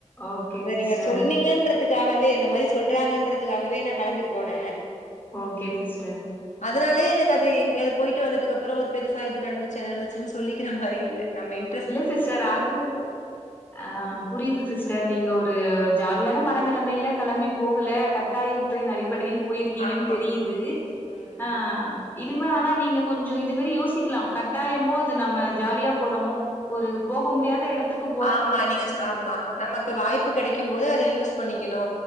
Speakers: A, on the left; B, on the left.
A: ஓகே
B: இத
A: சிஸ்டர்
B: நீங்க சொன்னீங்கன் றதுக்காகவே இந்த மாரி சொல்றாங்கன்றதுக்காகவே நா கெளம்பி போன
A: ஓகே சிஸ்டர்
B: அதனாலேயே எனக்கு அது எங்கயாது போயிட்டு வந்ததுக்கப்புற ஒரு பெருசா இது நடந்துச்சு அது நடந்துச்சுன் சொல்லிக்கற மாரி இல்ல நம்ம இன்
A: இல்ல சிஸ்டர் அது ஆ
B: ம்
A: புரியுது சிஸ் டர் நீங்க ஒரு ஜாலியான மனநெலமையில கெளம்பி போகல கட்டாயத்தின் அடிப்படையில் போயிருக்கீங்கன்னு
B: ஆமா.
A: தெரியுது
B: ம்.
A: ஆ இனுமா ஆனா நீங்க கொஞ்ச இது மாரி யோசிக்கலா கட்டாயமோ அது நம்ம ஜாலியா போறோமோ ஒரு போக முடியாத எடத்துக்குப்
B: ஆமா நீங்க சொ ஆமா நமக்கு வாய்ப்பு கெடைக்கும் போது யூஸ்‌ பண்ணிக்கனு